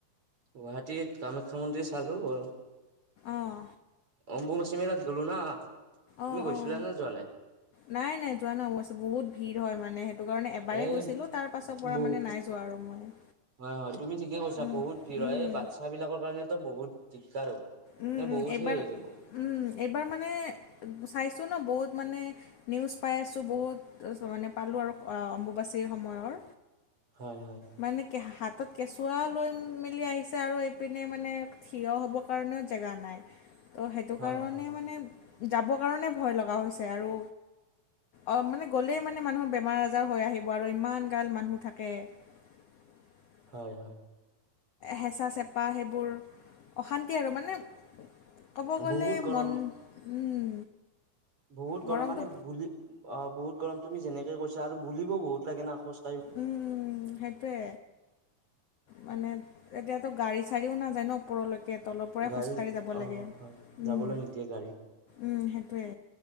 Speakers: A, on the right; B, on the left.
A: গুৱাহাটীত কামাখ্যা মন্দিৰ চালো অ
B: অঁ
A: অম্বুবাচি মেলাত গ'লো না তুমি
B: অঁ
A: গৈছিলা
B: অঁ
A: নে যোৱা নাই
B: নাই নাই যোৱা নাই অৱশ্যে বহুত ভিৰ হয় মানে সে টো কাৰণে এবাৰেই
A: এ
B: গৈছিল তাৰ পাছৰ পৰা
A: বহু
B: মানে নাই যোৱা আৰু মই
A: হয় হয় তুমি ঠিকেই কৈছা
B: উম,
A: বহুত ভিৰ
B: উম,
A: হয় বা ইচ্ছা বিলাকৰ কাৰণেতো বহুত দিগদাৰ হ'ব
B: উম,
A: নে
B: উম,
A: বহুত
B: এইবাৰ
A: সেই হৈ যাব
B: উম এইবাৰ মানে চাইছো ন বহুত মানে নিউজ পাই আছো বহুত তাছত মানে পালো আৰু অম্বুবাচীৰ সময়ৰ
A: হয় হয়
B: মানে কে হাতত কেঁচুৱাও লৈ মেলি আহিছে আৰু এইপিনে মানে থিয় হ'ব কাৰণেও জেগা নাই ত' সেইটো
A: হয়
B: কাৰণে
A: হয়
B: মানে যাবৰ কাৰণে ভয় লগা হৈছে আৰু অ মানে গ'লেই মানে মানুহৰ বেমাৰ আজাৰ হৈ আহিব আৰু ইমান গাল মানুহ থাকে <unintelligible>
A: হয় হয়
B: হেঁচা চেপা সেইবোৰ অশা ন্তি আৰু মানে ক'ব গ'লে
A: বহুত গৰম
B: মন উম
A: বহুত
B: গৰমটো
A: গৰম মানে বুলি অ বহুত গৰম তুমি যেনেকে কৈছা আৰু বুলিবও বহুত লাগে না খোচ
B: উম উম সেইটোৱে মানে এতিয়াতো গাড়ী চাড়ীও নাযায় ন ওপৰলৈকে তলৰ পৰাই
A: গাড়ী
B: খোজকাঢ়ি যাব
A: অ
B: লাগে উম
A: হয় যাবলৈ নিদিয়ে গাড়ী
B: উম সেইটোৱে